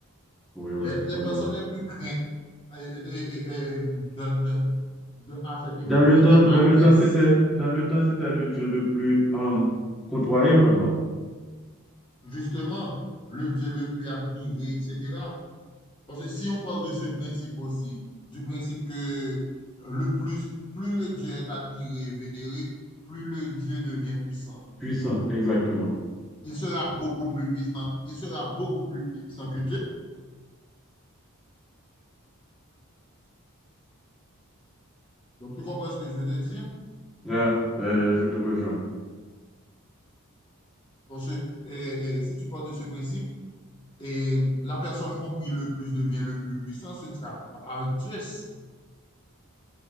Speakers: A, in the centre; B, on the left (about 20°).
A: Oui, oui,
B: Les, les
A: oui,
B: personnes
A: oui.
B: les plus craintes euh, euh, euh, euh, euh, dans- dans- dans- à cette époque,
A: Dans le
B: c'était
A: temps, dans
B: Hadès,
A: le temps, c'était, dans le temps, c'était le Dieu le plus euh, côtoyé, vraiment.
B: justement, le dieu le plus admiré, etc. Parce que si on parle de ce principe aussi, du principe que le plus, plus le dieu est admiré et vénéré, plus le dieu devient puissant.
A: Puissant, exactement.
B: Il sera beaucoup plus puissant. Il sera beaucoup plus puissant que Dieu. Donc, tu comprends ce que je veux te dire?
A: Là, euh, je te rejoins,
B: Parce que euh, euh, si tu pars de ce principe, et la personne compris le plus devient le plus puissant, ce ne sera pas juste.